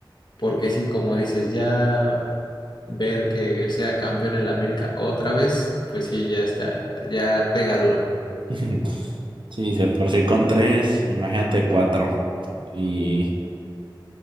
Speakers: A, on the left; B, on the right.
A: porque sí, como dices, ya ver que sea campeón en la América otra vez, pues sí, ya está, ya pega duro.
B: <laughs> Sí, se por sí con tres, imagínate cuatro. Y,